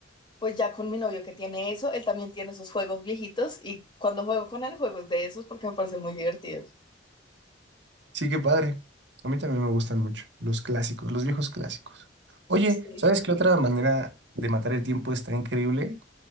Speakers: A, on the left; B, on the right.
A: pues ya con mi novio que tiene eso, él también tiene esos juegos viejitos y cuando juego con él, juegos de esos porque me parecen muy divertidos.
B: Sí, qué padre. A mí también me gustan mucho los clásicos, los viejos clásicos. Oye,
A: Ujú. Sí.
B: ¿sabes qué otra manera de matar el tiempo está increíble?